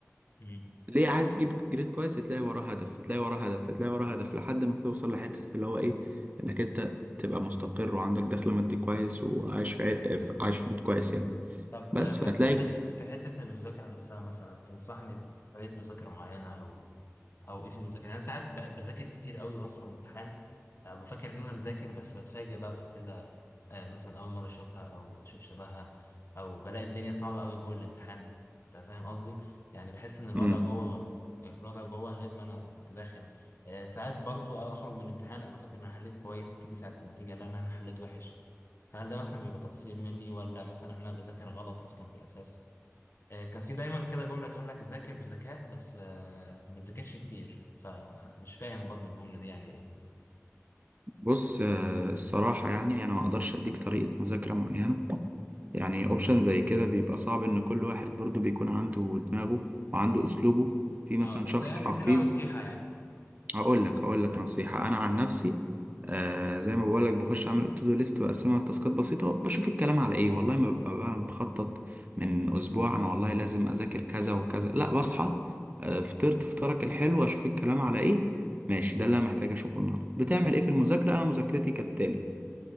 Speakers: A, on the left; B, on the right.
A: مم.
B: ليه عايز تجيب جريد كويس تلاقي وراه هدف تلاقي وراه هدف تلاقي وراه هدف لحد ما توصل لحته اللي هو ايه انك انت تبقى مستقر وعندك دخل مادي كويس وعايش في عي- عايش في بيت كويس يعني
A: طب
B: بس
A: آه، في
B: فهتلاقي
A: في حته في حتة المذاكرة نفسها مثلا تنصحني بطريقة مذاكرة معينة او ايه في المذاكره يعني انا ساعات ب- بذاكر كتير قوي وادخل الامتحان آه، بفكر ان انا مذاكر بس بتفاجئ بقى باسئله آه، مثلا اول مره اشوفها او اشوف شبهها او بلاقي الدنيا صعبه قوي جوه الامتحان انت فاهم قصدي يعني بحس ان الوضع
B: مم.
A: جوه الوضع جوه غير ما انا كنت داخل آه، ساعات برضو اخرج من الامتحان ابقى فاكر ان انا حليت كويس تيجي ساعه النتيجه لا انا أنا حليت وحش فهل ده مثلا بيبقى تقصير مني ولا مثلا انا بذاكر غلط اصلا في الاساس آه، كان في دايما كده جملة تقول لك ذاكر بذكاء بس آه، ما تذاكرش كتير فمش فاهم برضو الجملة دي يعني ايه
B: بص آه، الصراحة يعني أنا ما أقدرش أديك طريقة مذاكرة معينة يعني أوبشن زي كده بيبقى صعب إن كل واحد برضو بيكون عنده دماغه وعنده أسلوبه في مثلا
A: اه بس
B: شخص
A: يعني
B: حفيظ
A: ادينا نصيحة يعني
B: هقول لك هقول لك نصيحة أنا عن نفسي آه زي ما بقول لك بخش أعمل تو دو ليست بقسمها لتاسكات بسيطة بشوف الكلام على إيه والله ما ببقى بقى مخطط من أسبوع أنا والله لازم أذاكر كذا وكذا لا بصحى آه فطرت فطارك الحلو أشوف الكلام على إيه ماشي ده اللي أنا محتاج أشوفه النهاردة بتعمل إيه في المذاكرة أنا مذاكرتي كالتالي